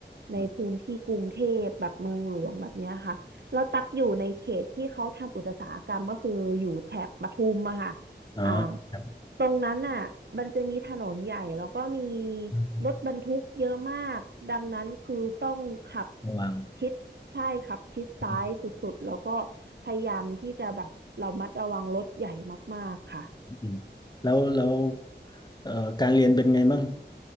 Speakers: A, on the right; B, on the left.
A: ในพื้นที่กรุงเทพแบบเมืองหลวงแบบเนี้ยค่ะแล้วตักอยู่ในเขตที่เขาทำอุตสาหกรรมก็คืออยู่แถบปทุมอะค่ะ
B: อืมอ
A: อ่า
B: ครับ
A: ตรงนั้นอ่ะมันจะมีถนนใหญ่แล้วก็มี
B: ร
A: รถบรรทุกเยอะมาก ดังนั้นคือต้องขับ
B: ะวัง
A: ชิดใช่ขับชิดซ้ายสุดๆแล้วก็
B: อืม
A: พยายามที่จะแบบระมัดระวังรถใหญ่มากๆค่ะ
B: อืมแล้วแล้วเอ่อการเรียนเป็นไงบ้าง